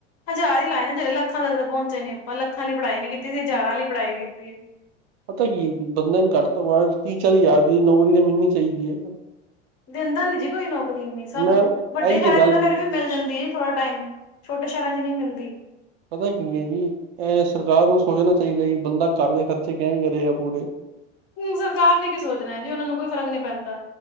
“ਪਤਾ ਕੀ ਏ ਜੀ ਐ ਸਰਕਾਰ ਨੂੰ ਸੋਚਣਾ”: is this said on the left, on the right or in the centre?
Right